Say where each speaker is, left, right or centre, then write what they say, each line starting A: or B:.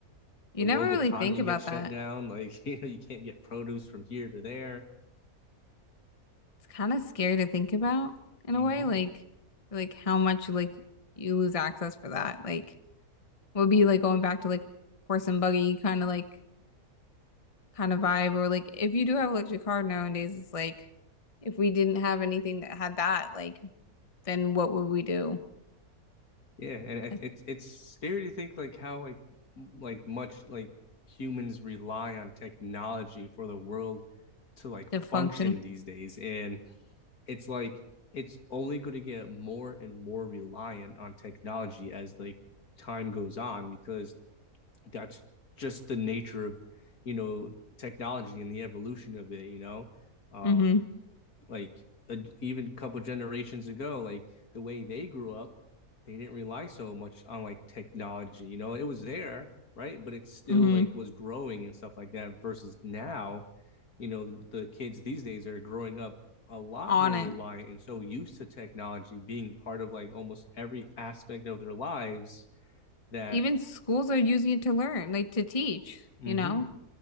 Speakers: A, on the left (about 25°); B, on the left (about 70°).
A: You
B: the
A: never
B: world
A: really
B: economy
A: think about
B: gets shut
A: that.
B: down <laughs> like you know you can't get produce from here to there
A: It's kind of scary to think about in
B: hmm
A: a way, like like how much like you lose access for that. Like would be like going back to like horse and buggy kind of like kind of vibe. Or like if you do have an electric car nowadays, it's like if we didn't have anything that had that, like then what would we do
B: Yeah, and it,
A: Like,
B: it's it's scary to think like how like m- like much like humans rely on technology for the world to like function
A: to function?
B: these days, and it's like it's only going to get more and more reliant on technology as like time goes on because that's just the nature of you know technology and the evolution of it, you know. Um,
A: Mm-hmm.
B: like a, even a couple generations ago, like the way they grew up, they didn't rely so much on like technology. You know, it was there, right? But it still
A: Mm-hmm.
B: like was growing and stuff like that. Versus now, you know, the, the kids these days are growing up a lot
A: On
B: more
A: it.
B: reliant and so used to technology being part of like almost every aspect of their lives that
A: Even schools are using it to learn, like to teach,
B: mm-hmm,
A: you know?